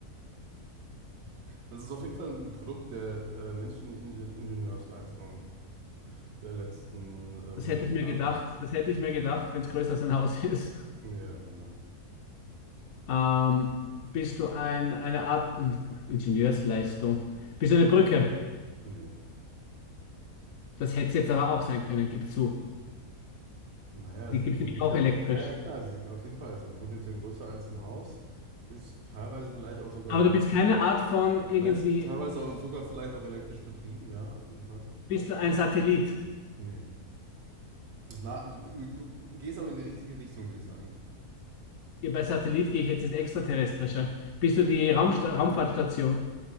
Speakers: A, on the right; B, on the left.
A: Das ist auf jeden Fall ein Produkt der äh, menschlichen Inge- Ingenieursleistung der letzten äh,
B: Das
A: 100
B: hätte ich mir
A: Jahre.
B: gedacht. Das hätte ich mir gedacht, wenn es größer als ein Haus <laughs> ist.
A: Ja, genau.
B: Ähm, bist du ein, eine Art Ingenieursleistung? Bist du eine Brücke?
A: Nee.
B: Das hätte es jetzt aber auch sein können, gib zu.
A: Naja,
B: Die
A: sehr
B: gibt
A: potenziell.
B: es nämlich auch elektrisch.
A: Ja, ja, klar, sie sind auf jeden Fall. es sind potenziell größer als ein Haus. Ist teilweise vielleicht auch sogar
B: Aber
A: elektrisch.
B: du bist keine Art von irgendwie,
A: Nein, ist teilweise auch sogar vielleicht auch elektrisch betrieben, ja, auf jeden Fall.
B: bist du ein Satellit?
A: Nee. Das na, du gehst aber in die richtige Richtung, würde ich sagen.
B: Ja, bei Satellit gehe ich jetzt ins Extraterrestrische. Bist du die Raumsta Raumfahrtstation?